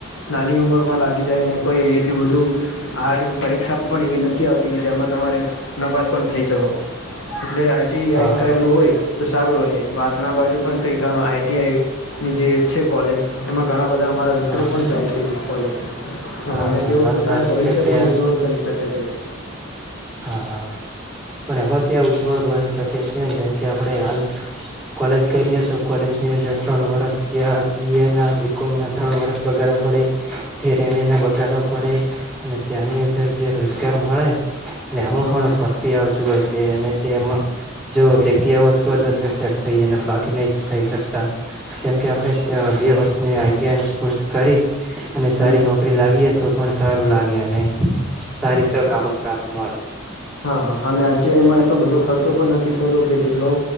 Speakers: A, on the left; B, in the centre.
A: નાની ઉંમરમાં લાગી જાયને કોઈ એટલી બધું હાડ પરીક્ષા પણ એવી નથી આવતી કે જેમાં તમારે નપાસ પણ થઈ શકો. પ્લે આઈટીઆઈ
B: હા હા
A: કરેલું હોય તો સારું રહે વાસણા બાજુ પણ કંઈક આઈટીઆઈની જે છે કોલેજ એમાં ઘણા બધા અમારા મિત્રો
B: હા હા.
A: પણ જાય છે કોલેજ
B: હા
A: અને
B: હા
A: તેઓ
B: વાત
A: પોતાનું
B: સાચી
A: ભવિષ્ય
B: છે ત્યાં
A: પણ ઉજ્જવળ કરી <unintelligible>
B: હા હા પણ એમાં ત્યાં ઉજ્જવળ બણી શકે છે જેમ કે આપણે હાલ કોલેજ કરીએ તો કોલેજની અંદર ત્રણ વર્ષ ત્યાં બી એ ના બી કોમ ના ત્રણ વરષ બગાડવા પડે ફેર એમ એ ના બગાડવા પડે અને ત્યાંની અંદર જે રોજગાર મળે અને એમાં
A: હા
B: પણ
A: હા
B: પરરતી આવતું હોય છે અને તેમાં જો જગ્યા હોત તો જ અંદર સેટ થઈ અને બાકી નહી થઈ શકતા કેમ કે આપડે બે વર્ષ આઈટીઆઈ ન કોર્સ કરી અને સારી
A: હમ
B: નોકરી લાગીએ તો પણ સારું લાગે અને સારી તક આપણ પ્રાપ્ત મળે
A: હા હ અને આઇટીઆઇ એમાં એટલો બધો ખર્ચો પણ નથી થતો કે જેટલો